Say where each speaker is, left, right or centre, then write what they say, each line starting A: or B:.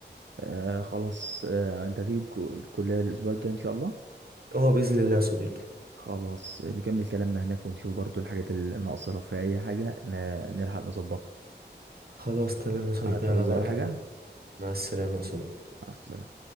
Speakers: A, on the right (about 85°); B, on the right (about 55°).
A: آه خلاص آه انت هتيجي الكو- الكلية الأسبوع الجاي إن شاء الله
B: اه بإذن الله يا صديقي
A: خلاص نكمل كلامنا هناك ونشوف برضو الحاجات اللي ناقصة لو في أي حاجة ن- نلحق نظبطها
B: خلاص تمام يا صديقي
A: هتعوز
B: على بركة
A: أي حاجة
B: الله مع السلامة يا صديقي
A: مع السلامة